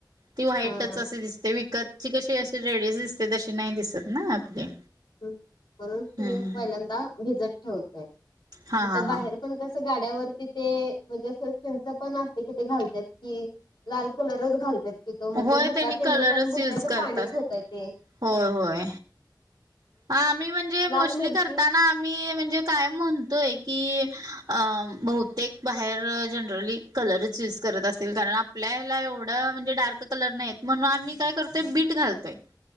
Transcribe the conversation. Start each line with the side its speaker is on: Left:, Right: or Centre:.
Right: ती व्हाईटच
Left: हा
Right: अशी दिसते विकतची कशी अशी रेडीश दिसते तशी नाही दिसत ना आपली.
Left: म्हणून
Right: हम्म
Left: <unintelligible>
Right: हम्म
Left: पहिल्यांदा भिजत ठेवतोय,
Right: हा
Left: आता
Right: हा
Left: बाहेर
Right: हा
Left: पण कस गाड्यावरती ते म्हणजे अस चिंंच पण असते कि ते घालत्यात की. लाल कलरच घालत्यात की तो म्हणजे
Right: होय
Left: बुका त्यांनी
Right: कलरच
Left: पण बुक्याच
Right: यूज करतात
Left: पाणीच होतय ते.
Right: होय होय, आम्ही म्हणजे
Left: लाल
Right: मोस्टली
Left: मिरची
Right: करताना मी म्हणजे कायम म्हणतोय की बहुतेक बाहेर जनरली कलरच युज करत असेल कारण आपल्या ह्याला एवढं म्हणजे डार्क कलर नाही येत म्हणून आम्ही काय कर ते बीट घालतोय.